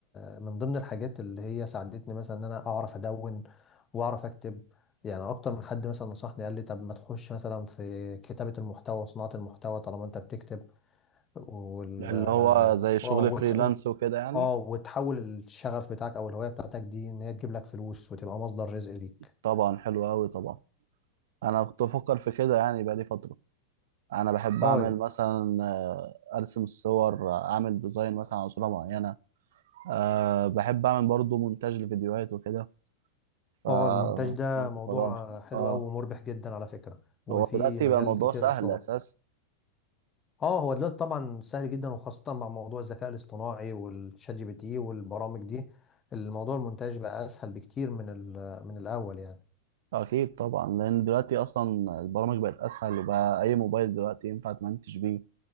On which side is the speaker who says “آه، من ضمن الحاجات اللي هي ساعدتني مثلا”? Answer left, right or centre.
Left